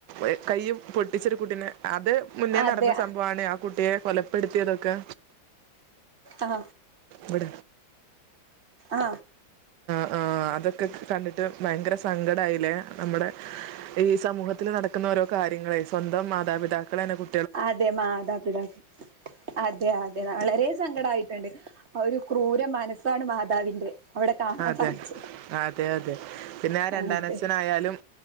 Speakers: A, on the right; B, on the right.
A: ഏ കയ്യ് പൊട്ടിച്ചൊരു കുട്ടിനെ. അത് മുന്നേ
B: അതെ
A: നടന്ന സംഭവാണ് ആ കുട്ടിയെ കൊലപ്പെടുത്തിയതൊ ക്കാ
B: ആ
A: വട
B: ആ
A: ആഹ് അതൊക്കെ കണ്ടിട്ട് ഭയങ്കര സങ്കടായിലെ. നമ്മടെ ഈ സമൂഹത്തിൽ നടക്ക്ന്ന ഓരോ കാര്യങ്ങളെ. സ്വന്തം മാതാപിതാക്കളേണ് കു
B: അതെ മാതാപിതാക് ഴഅതെ അതെ വളരേ സങ്കടായി രണ്ട് ഒരു ക്രൂര മനസ്സാണ് മാതാവിന്റെ അവിടെ കാണാൻ
A: അതെ
B: സാധിച്ചത്
A: അതേ അതെ പിന്നെ ആ രണ്ടാനച്ഛനായാലും
B: അതെ